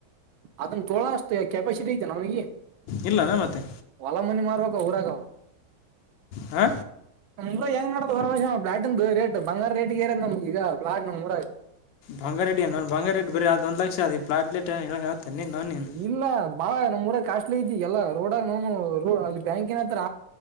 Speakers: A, on the right; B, on the left.
A: ಅದನ್ ತೊಳೋ ಅಷ್ಟ ಕೆಪಾಸಿಟಿ ಐತೆನ ಅವನಿಗೆ
B: ಇಲ್ಲಾನ ಮತ್ತೆ
A: ಹೊಲ ಮನಿ ಮಾರ್ಬೇಕ ಊರಾಗ
B: ಹಾ
A: ನಮಗು ಹೆಂಗನಡದ ಪರಮೇಶ್ ಅಣ್ಣ ಪ್ಲಾಟಿನಂದ ರೇಟ್ ಬಂಗಾರ ರೆಟಗೆ ಏರೆತಿ ನಮಗ್ ಈಗ ಪ್ಲಾಟ ನಮ್ಮ ಊರಾಗ
B: ಬಂಗಾರ ರೆಟ ಏನೋ ಬಂಗಾರ ರೆಟ ಬರೀ ಅದ ಒಂದ ಲಕ್ಷದ ಪ್ಲಾಟ್ಟ್ ರೈಟ್ ಏನ ಹೇಳತಿನ್ ನೀನ್ ಅವ್ನ ನಿನ್
A: ಇಲ್ಲ ಬಾಳ ನಮ್ ಊರಾಗ ಕಾಸ್ಟ್ಲಿ ಐತಿ ಈಗ ಎಲ್ಲ ರೋಡಾಗ ಅವ್ನುರೋ ಅಲ್ಲಿ ಬ್ಯಾಂಕಿನ ಹತ್ರ